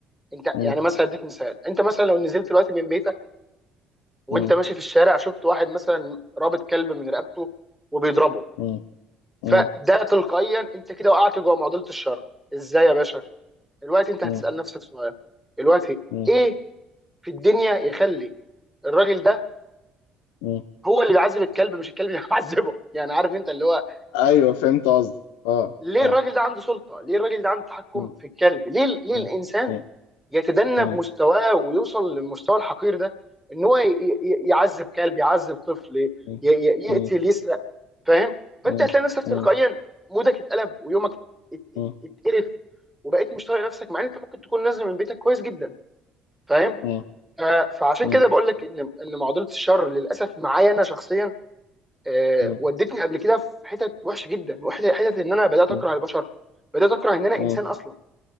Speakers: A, in the centre; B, on the left.
A: انت
B: مم،
A: يعني مثلا اديك مثال انت مثلا لو نزلت دلوقتي من بيتك وانت
B: مم،
A: ماشي في الشارع شفت واحد مثلا رابط كلب من رقبته وبيضربه
B: مم، مم،
A: فده
B: مم،
A: تلقائيا انت كده وقعت جوه معضله الشر ازاي يا باشا دلوقتي انت
B: مم،
A: هتسال
B: مم،
A: نفسك سؤال دلوقتي
B: مم،
A: ايه في الدنيا يخلي الراجل ده
B: مم.
A: هو اللي بيعذب الكلب مش الكلب اللي <laughs> بيعذبه يعني عارف انت اللي هو
B: ايوه فهمت قصدي اه
A: ليه
B: اه
A: الراجل ده عنده سلطه ليه الراجل ده عنده تحكم
B: مم،
A: في الكلب ليه ليه
B: مم،
A: الانسان
B: مم،
A: يتدنى
B: مم،
A: بمستواه ويوصل للمستوى الحقير ده ان هو ي- ي- يعذب كلب يعذب طفل ي-
B: مم،
A: ي- يقتل
B: مم،
A: يسرق فاهم فانت
B: مم،
A: هتلاقي نفسك تلقائيا
B: مم،
A: مودك اتقلب ويومك ات- ات-
B: مم،
A: اتقرف وبقيت مش طايق نفسك مع ان انت ممكن تكون نازل من بيتك كويس جدا فاهم
B: مم، مم،
A: ف- فعشان
B: مم،
A: كده بقول لك ان ان معضله الشر للاسف معايا انا شخصيا آه،
B: مم،
A: ودتني قبل كده في حتت وحشه جدا وحتت حتت ان انا بدات
B: مم،
A: اكره
B: مم،
A: البشر بدات اكره ان انا انسان
B: مم،
A: اصلا